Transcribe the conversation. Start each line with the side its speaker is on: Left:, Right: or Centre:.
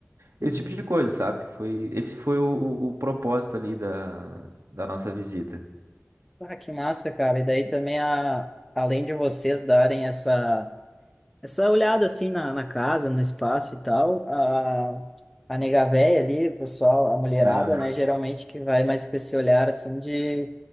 Centre: uhum.
Right: Esse tipo de coisa, sabe? Foi, esse foi o, o- o propósito ali da, da nossa visita.
Centre: Ah, que massa, cara. E daí também, a, além de vocês darem essa Essa olhada assim na, na casa, no espaço e tal, a, a nega véia ali, o pessoal, a mulherada,
Right: Aham.
Centre: né, geralmente que vai mais com esse olhar assim de